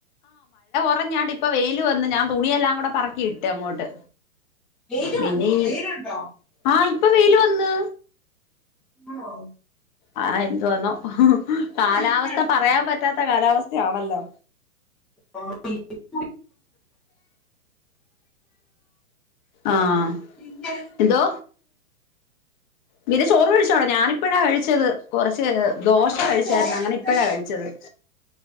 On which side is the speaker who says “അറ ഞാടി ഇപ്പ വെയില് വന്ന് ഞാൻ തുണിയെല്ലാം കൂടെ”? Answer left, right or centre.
Left